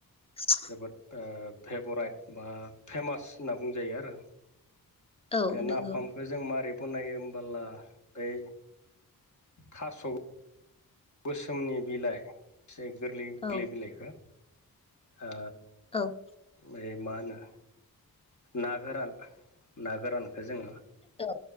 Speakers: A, on the left; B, on the left.
A: <unintelligible>
B: जोबोद फेभराइट बा फेमास होनना बुंजायो आरो
A: औ
B: बे
A: नंगौ
B: नाफाम बे जों मारै बनायो होमबोला बै थास' गोसोमनि बिलाइ एसे गोरलै
A: औ
B: गोरलै बिलाइखौ ओ
A: औ
B: ओ ए मा होनो ना गोरान ना गोरानखो जोङो
A: औ।